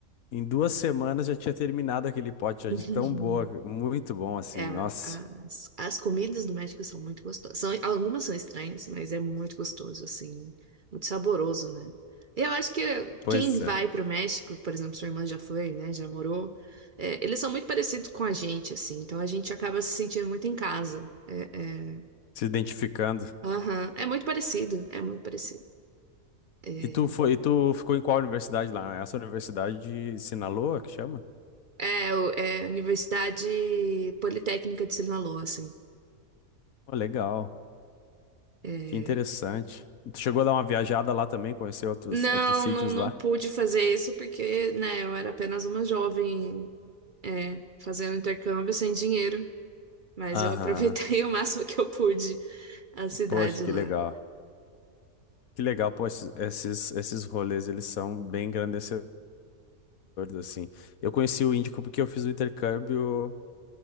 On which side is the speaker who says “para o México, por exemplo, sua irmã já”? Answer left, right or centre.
Right